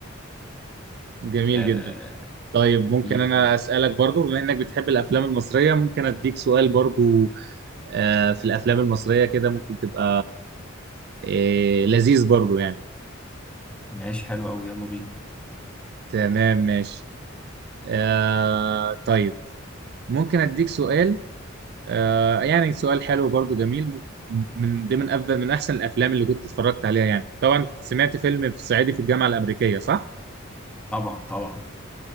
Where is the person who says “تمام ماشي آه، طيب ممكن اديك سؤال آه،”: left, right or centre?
Right